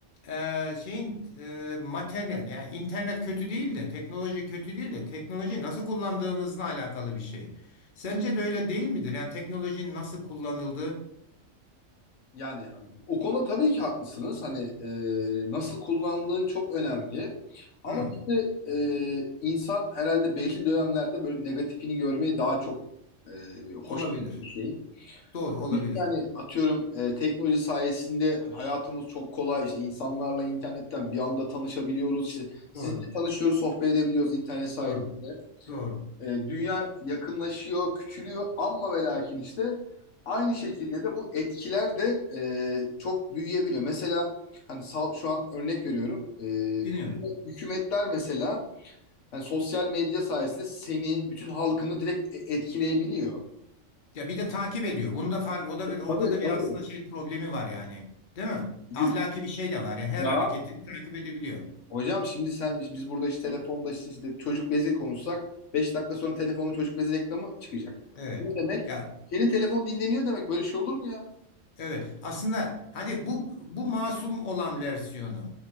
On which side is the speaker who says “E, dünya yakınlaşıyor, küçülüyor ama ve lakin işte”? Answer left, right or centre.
Left